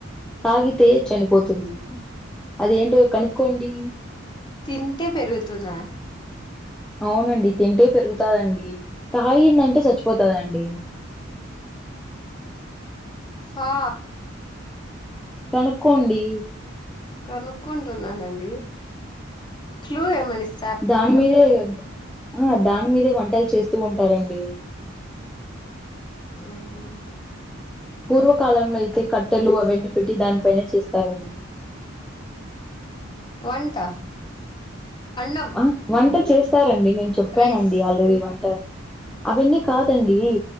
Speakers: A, in the centre; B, on the left.
A: తాగితే చెనిపో <unintelligible> <unintelligible> అదేంటో కనుక్కోండి
B: తింటే పెరుగుతుందా
A: అవునండి తింటే పెరుగుతదండి తాగిందంటే చచ్చిపోతదండి
B: ఫా
A: కనుక్కోండి
B: కనుక్కుంటున్నానండి క్లూ ఎమైనా <unintelligible>
A: దాని మీదే ఆ దాని మీదే వంటలు చేస్తూ ఉంటారండి
B: <unintelligible> ఉ
A: పూర్వకాలంలో అయితే కట్టెలు అవన్నీ పెట్టి దానిపైన చేస్తారు అండి
B: వంట అన్నం
A: ఆ వంట చేస్తారండి నేను చెప్పానండి
B: రైస్
A: ఆల్రెడీ వంట అవన్నీ కాదండి